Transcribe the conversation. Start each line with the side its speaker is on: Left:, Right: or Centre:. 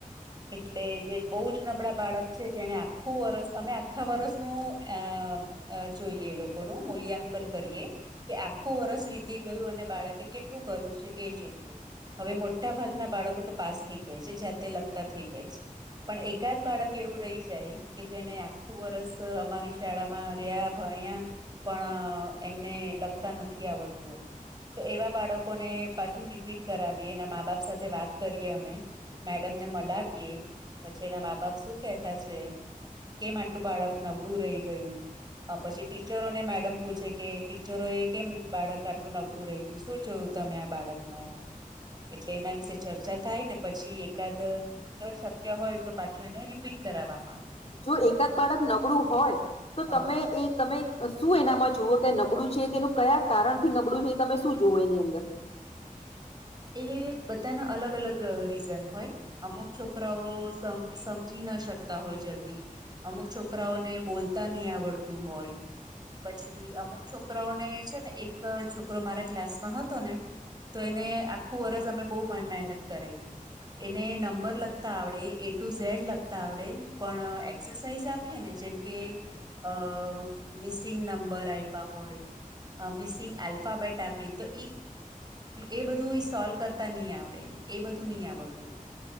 Right: એટલે જે બહુ જ નબળા બાળક છે જેને આખું વરસ અમે આખા વરષનું આ. અ જોઈએ લોકોનું મૂલ્યાંકન કરીએ. કે આખું વરસ વીતી ગયું અને બાળકે કેટલું કર્યું છે એ જોઈએ. હવે મોટા ભાગના બાળકો તો પાસ થઈ જાય છે જ્યાતે લગતા થઈ જાય છે. પણ એકાદ બાળક એવું રહી જાય કે જેને આખું વરષ અમારી શાળામાં રહ્યા. ભણ્યા પણ એમને લગતા નથી આવડતું હજુ. તો એવા બાળકોને પાછું રીપીટ કરાવીએ એના મા બાપ સાથે વાત કરીએ અમે. મેડમ ને મળવીએ પછી એના મા બાપ શું કેહેતા છે. કેમ આટલું બાળક નબળું રહી ગયું. પછી ટીચરોને મેડમ પૂછે કે ટીચરો એ કેમ બાળક આટલું નબળું રહી ગયું શું. જોયું તમે આ બાળકમાં એમ એટલે એના વિશે ચર્ચા થાય ને પછી એકાદ. જો શક્ય હોય તો પાછું એને રિપીટ કરાવવામાં આવે.
Left: જો એકાદ બાળક નબળું હોય તો
Right: હા
Left: તમે એ તમે શું એનામાં જુવો કે નબળું છે તેનું કયા કારણ થી નબળું છે એ તમે શું જુવો એની અંદર.
Right: એએએ બધાના અલગ અલગ રીઝન હોય. અમુક છોકરાઓ સમજી ના શકતા હોય જલ્દી અમુક છોકરાઓને બોલતા નહી આવડતું હોય પછી અમુક છોકરાઓને છે ને એક છોકરો મારા ક્લાસ માં હતો ને. તો એને આખું વરષ અમે બહ મહેનત કરાવી. એને નંબર લગતા આવડે એ ટુ ઝેડ લગતા આવડે પણ એક્સરસાઇઝ આપ. આપએ ને જેમકે અ મિસિંગ નંબર આપ્યા હોય. મિસિંગ આલ્ફાબેટ આપીએ તો એ બધું. સોલ્વ કરતા નહી આવડેને એ બધું નહી આવડતું